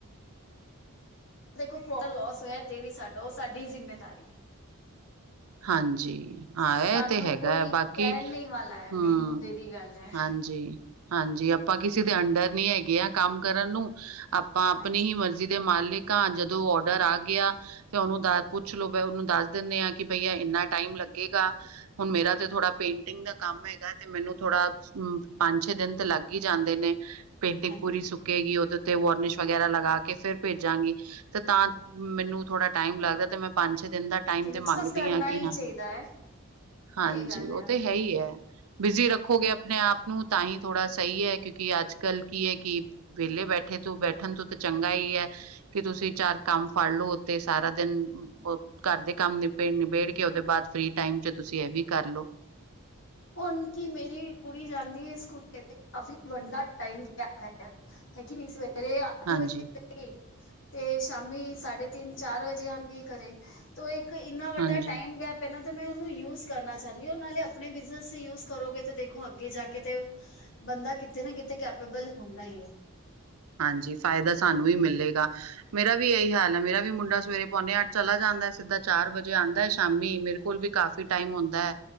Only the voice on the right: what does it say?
ਹਾਂਜੀ ਹਾਂ
ਇਹ ਤੇ ਹੈਗਾ
ਹੈ ਬਾਕੀ
ਹਮ
ਹਾਂਜੀ ਹਾਂਜੀ ਆਪਾਂ ਕਿਸੇ ਦੇ ਅੰਡਰ ਨੀ ਹੈਗੇ ਆ ਕੰਮ ਕਰਨ ਨੂੰ ਆਪਾਂ ਆਪਣੀ
ਹੀ ਮਰਜ਼ੀ ਜੀ ਦੇ ਮਾਲਿਕ ਹਾਂ ਜਦੋਂ ਔਡਰ ਆ ਗਿਆ ਤੇ ਉਹਨੂੰ ਦ ਪੁੱਛ ਲੋੋ ਬ ਉਹਨੂੰ ਦੱਸ ਦਿੰਦੇ ਹਾਂ ਕਿ ਬਈਆ ਇੰਨਾ ਟਾਈਮ ਲੱਗੇਗਾ ਹੁਣ ਮੇਰਾ ਤੇ ਥੋੜਾ ਪੇਂਟਿੰਗ ਦਾ ਕੰਮ ਹੈਗਾ ਤੇ ਮੈਨੂੰ ਥੋੜਾ ਪੰਜ ਛੇ ਦਿਨ ਤੇ ਲੱਗ ਹੀ ਜਾਂਦੇ ਨੇ ਪੇਂਟਿੰਗ
ਪੂਰੀ ਸੁੱਕੇਗੀ ਉਹਦੇ ਵਾਰਰਨਿਸ਼ ਵਗੈਰਾ ਲਗਾ ਕੇ ਫਿਰ ਭੇਜਾਂਗੀ ਤੇ ਤਾਂ ਮੈਨੂੰ ਥੋੜਾ ਟਾਈਮ ਲੱਗਦਾ ਤੇ ਮੈਂ ਪੰਜ ਛੇ ਦਿਨ ਦਾ ਟਾਈਮ
ਤੇ ਮੰਗਦੀ
ਹ ਕਿ
ਹਾਂ
ਹਾਂਜੀ
ਉਹ
ਤੇ ਹੈ ਹੀ ਹੈ ਬਿਜ਼ੀ ਰੱਖੋਗੇ ਆਪਣੇ ਆਪ ਨੂੰ ਤਾਂ ਹੀ ਥੋੜ੍ਹਾ ਸਹੀ ਹੈ ਕਿਉਂਕਿ ਅੱਜ ਕੱਲ ਕੀ ਹੈ ਕਿ ਵਿਹਲੇ ਬੈਠੇ ਤੋਂ ਬੈਠਣ ਤੋਂ ਤਾਂ ਚੰਗਾ ਹੀ ਹੈ ਕੀ ਤੁਸੀਂ ਚਾਰ ਕੰਮ ਫੜ ਲੋ ਤੇ ਸਾਰਾ ਦਿਨ ਘਰ ਦੇ ਕੰਮ ਨਿਪੇ ਨਿਬੇੜ ਕੇ ਉਹਦੇ ਬਾਅਦ ਫਰੀ ਟਾਈਮ ਚ ਤੁਸੀਂ ਇਹ ਵੀ ਕਰਲੋ <inaudible>
ਹਾਂਜੀ,
ਹਾਂਜੀ,
ਹਾਂਜੀ ਫਾਇਦਾ ਸਾਨੂੰ ਹੀ ਮਿਲੇਗਾ ਮੇਰਾ ਵੀ ਇਹੀ ਹਾਲ ਹੈ ਮੇਰਾ ਵੀ ਮੁੰਡਾ ਸਵੇਰੇ ਪਾਉਂਨੇ ਹਾਂ ਅੱਠ ਚਲਾ ਜਾਂਦਾ ਸਿੱਧਾ ਚਾਰ ਵਜੇ ਆਉਂਦਾ ਹੈ ਸ਼ਾਮੀ ਮੇਰੇ ਕੋਲ ਵੀ ਕਾਫੀ ਟਾਈਮ ਆਉਂਦਾ ਹੈ